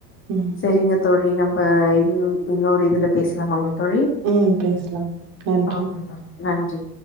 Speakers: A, on the right; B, on the left.
A: உம்
B: சேரிங்க தோழி நம்ம இது இன்னொரு இதுல பேசலாமாங்க தோழி
A: ம் பேசலா நன்றி
B: ஆக்கே ஷாப் நன்றி